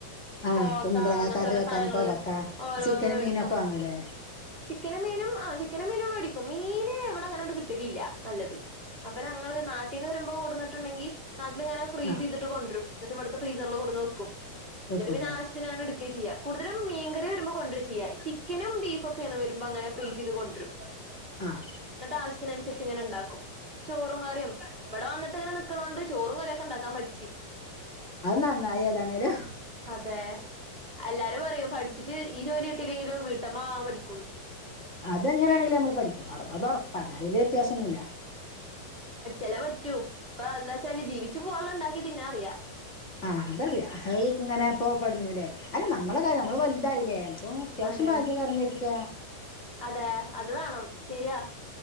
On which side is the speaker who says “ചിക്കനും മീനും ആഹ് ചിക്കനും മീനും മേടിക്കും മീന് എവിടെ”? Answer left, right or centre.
Right